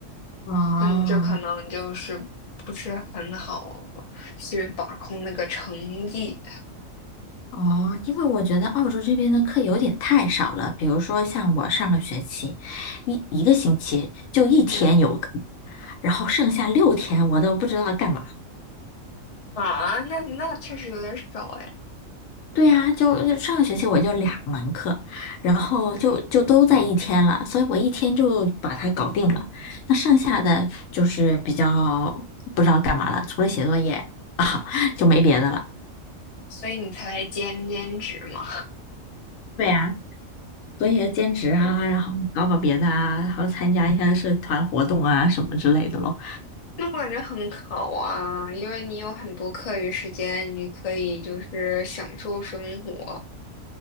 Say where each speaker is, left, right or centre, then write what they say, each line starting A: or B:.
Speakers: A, on the left (about 75°); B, on the left (about 55°).
A: 哦
B: 嗯，这可能就是不是很好去把控那个成绩，
A: 哦，因为我觉得澳洲这边的课有点太少了，比如说像我上个学期一一个星期就一天有课，
B: 嗯
A: 然后剩下六天我都不知道干嘛。
B: 啊，那那确实有点少哎，
A: 对呀，就上个学期我就两门课，然后就就都在一天了，所以我一天就把它搞定了。那剩下的就是比较不知道干嘛了，除了写作业啊，<laughs> 就没别的了。
B: 所以你才兼兼职嘛。
A: 对呀，所以兼职啊，
B: <laughs>
A: 然后搞搞别的啊，然后参加一下社团活动啊什么之类的咯。
B: 那我感觉很好啊，因为你有很多课余时间，你可以就是享受生活。